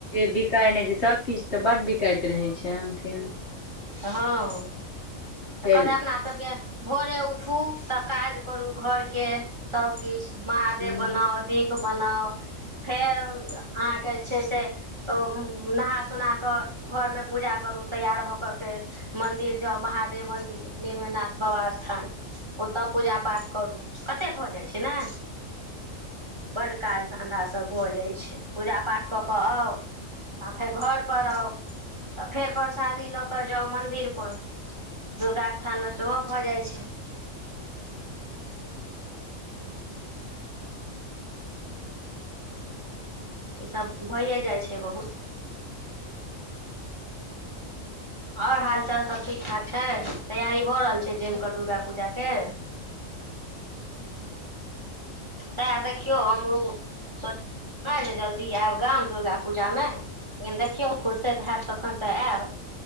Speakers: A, on the left; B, on the right.
A: बिकाय नहि छै सब किछ तऽ बड बिकाइत रहै छै अहा क
B: तऽ हँ तऽ
A: फेर
B: कहतै अपना सबक भोरे उठु तऽ काज करु घर के सब किछ महादेव
A: हूँ
B: बनाउ दी बनाउ फेर अहाँके जे छै स ओ नहा सुना कऽ घरमे पूजा करू तैयार भऽ क फेर मंन्दिर जाउ महादेव मन्दिर नीलमनाथ बाबा स्था ओतय पूजा पाठ करू कतेक भऽ जाइत छै न बड् काज धन्धासँ भऽ जाइ छै पूजा पाठ कऽ कऽ आ आ फेर घरप आउ तऽ फेर परसादी ल तऽ जाउ मन्दिर पर दुर्गा स्थान में सेहो भऽ जाइ छै ईसभ भइए जाइ छै बहुत ओर हाल चाल सब ठीक ठाक छै तैयारी भऽ रहल छै जैम कऽ दुर्गा पूजा क सएह देखियौ हमरो सोच हँ जे जल्दी आयब गाम दुर्गा पूजा में लेकिन देखियौ फुरसैत हैत तखन तऽ आयब